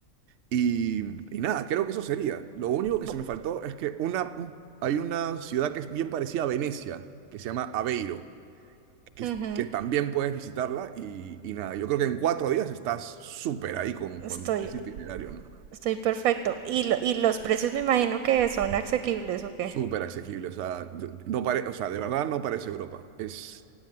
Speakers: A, on the right; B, on the right.
A: Y, y nada, creo que eso sería. Lo único que
B: Bu-
A: se me faltó es que una, hay una ciudad que es bien parecida a Venecia, que se llama Aveiro que,
B: ujú.
A: que también puedes visitarla y, y nada, yo creo que en cuatro días estás súper ahí con, con
B: Estoy
A: ese itinerario, ¿no?
B: Estoy perfecto. Y, lo- y los precios me imagino que son asequibles o qué.
A: Súper asequible, o sea, yo- no pare- o sea, de verdad no parece Europa. Es,